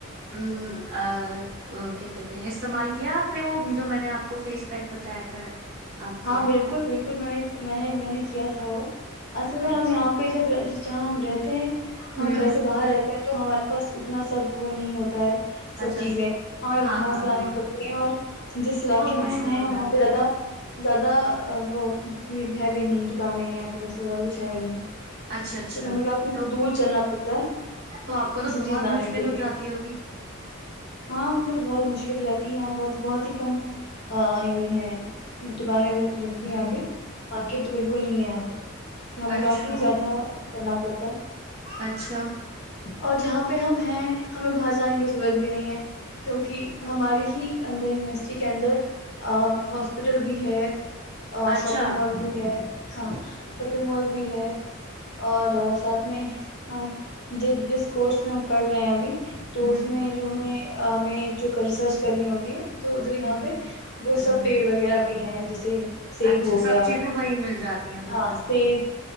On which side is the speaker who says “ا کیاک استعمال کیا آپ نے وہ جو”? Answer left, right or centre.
Right